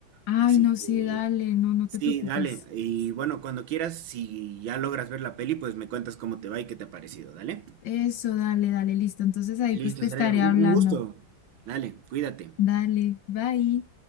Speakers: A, on the left; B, on the right.
A: Ay,
B: Así
A: no,
B: que...
A: sí, dale, no, no
B: Sí,
A: te preocupes.
B: dale. Y bueno, cuando quieras, si ya logras ver la peli, pues me cuentas cómo te va y qué te ha parecido, dale.
A: Eso, dale, dale, listo. Entonces ahí pues
B: Listo,
A: te estaré
B: Zaret, un
A: hablando.
B: un gusto. Dale, cuídate.
A: Dale, bye.